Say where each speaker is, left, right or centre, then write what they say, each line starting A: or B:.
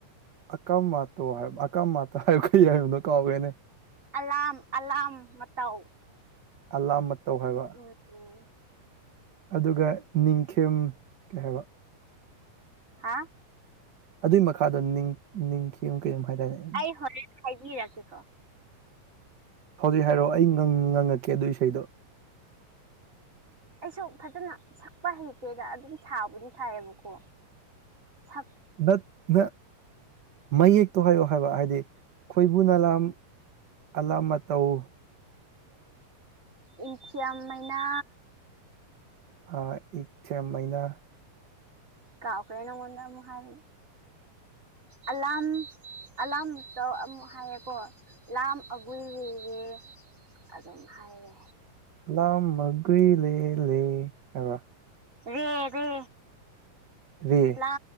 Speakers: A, on the right; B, on the right.
A: ꯑꯀꯝ ꯃꯥꯣ ꯍꯥꯏ ꯑꯀꯝ ꯃꯥꯇꯣ ꯍꯥꯏ ꯀꯩ ꯍꯥꯏꯏ ꯅ ꯀꯥꯎꯋꯦꯅꯦ
B: ꯑꯂꯥꯝꯡ ꯑꯂꯥꯝ ꯃꯇꯧ
A: ꯑꯂꯥꯝ ꯃꯇꯧ ꯍꯥꯏꯕ
B: ꯎꯝ ꯎꯝ
A: ꯑꯗꯨꯒ ꯅꯤꯡꯊꯦꯝ ꯀꯩ ꯍꯥꯏꯕ꯫
B: ꯍꯥ
A: ꯑꯗꯨꯒꯤ ꯃꯈꯥꯗꯣ ꯅꯤꯡꯌꯝ ꯀꯩꯅꯨꯝꯝ ꯍꯥꯏꯇꯥꯔꯦꯅꯦ
B: ꯑꯩ ꯍꯧꯖꯤꯛ ꯍꯥꯏꯕꯤꯔꯛꯀꯦꯀꯣ
A: ꯍꯧꯖꯤꯛ ꯍꯥꯏꯔꯛꯑꯣ ꯑꯩ ꯉꯪꯉꯛꯀꯦ ꯑꯗꯨ ꯏꯁꯩꯗꯣ
B: ꯑꯩꯁꯨ ꯐꯖꯅ ꯁꯛꯄ ꯍꯦꯛꯇꯦꯗ ꯑꯗꯨꯝ ꯁꯥꯕꯨꯗꯤ ꯁꯥꯏꯌꯦꯕꯀꯣ ꯁꯛ
A: ꯅꯠ ꯅ ꯃꯌꯦꯛꯇꯣ ꯍꯥꯏꯌꯣ ꯍꯥꯏꯕ ꯍꯥꯏꯗꯤ ꯈꯣꯏꯕꯨ ꯅꯂꯥꯝ__ ꯑꯂꯥ ꯃꯇ ꯇꯧ
B: ꯏꯟꯁꯤꯌꯥ ꯃꯥꯏꯅꯥ
A: ꯑ ꯏꯊꯦꯝ ꯃꯩꯅ꯫
B: ꯀꯥꯎꯈꯅꯉꯣꯟꯗ ꯃꯣ ꯍꯥꯏꯜ ꯑꯂꯥꯔꯝ ꯑꯂꯥꯔꯝ ꯇ ꯑꯃꯨꯛ ꯍꯥꯏꯌꯦꯀꯣ ꯂꯥꯝ ꯑꯒꯣꯏ ꯂꯩꯔꯦ ꯑꯗꯨꯝ ꯍꯥꯏꯔꯦ꯫
A: ꯂꯥꯎ ꯃꯒꯣꯏ ꯂꯦ ꯂꯦ ꯍꯥꯏꯕ꯫
B: ꯔꯦ ꯔꯦ
A: ꯔꯦ
B: ꯂ